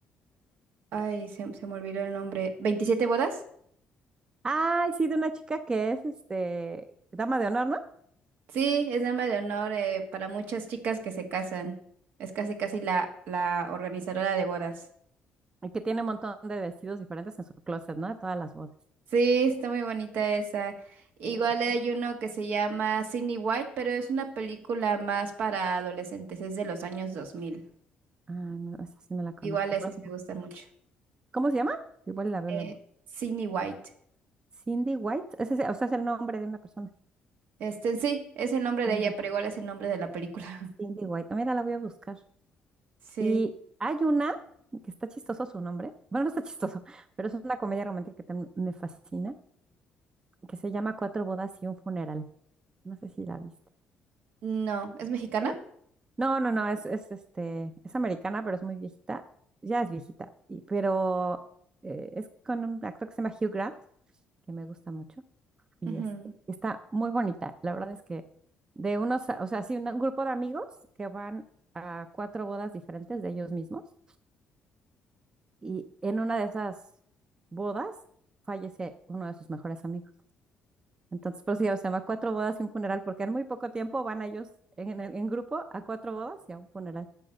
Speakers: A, on the right (about 75°); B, on the right (about 25°).
A: Ay, se, se me olvidó el nombre. ¿27 bodas?
B: Ay, sí, de una chica que es este dama de honor, ¿no?
A: Sí, es dama de honor eh, para muchas chicas que se casan. Es casi, casi la, la organizadora de bodas.
B: Y que tiene un montón de vestidos diferentes en su closet, ¿no? De todas las bodas.
A: Sí, está muy bonita esa. Igual
B: Eh,
A: hay uno que se llama Sydney White, pero es una película más para adolescentes, es de los años 2000.
B: ah, no, esa sí no la conozco.
A: Igual esas
B: Pero-
A: me gustan mucho.
B: ¿Cómo se llama? Igual la veo
A: Eh,
B: luego.
A: Sydney White.
B: Cindy White, ese, es- o sea, es el nombre de una persona.
A: Este, sí, es el nombre
B: Cindy
A: de ella, pero igual es el nombre de la película.
B: Cindy
A: <laughs>
B: White. Mira, la voy a buscar.
A: Sí.
B: Y hay una que está chistoso su nombre. Bueno, no está <laughs> chistoso, pero es una comedia romántica que también me fascina, que se llama Cuatro bodas y un funeral. No sé si la viste.
A: No, ¿es mexicana?
B: Tiene- No, no, no, es, es este, es americana, pero es muy viejita. Ya es viejita, y, pero eh, es con un actor que se llama Hugh Grant, que me gusta mucho, y
A: Ujú.
B: es, está muy bonita. La verdad es que de unos, o sea, sí, una- un grupo de amigos que van a cuatro bodas diferentes de ellos mismos Y en una de esas bodas fallece uno de sus mejores amigos. Entonces, por eso ya se llama cuatro bodas y un funeral, porque en muy poco tiempo van ellos en, en- en grupo a cuatro bodas y a un funeral.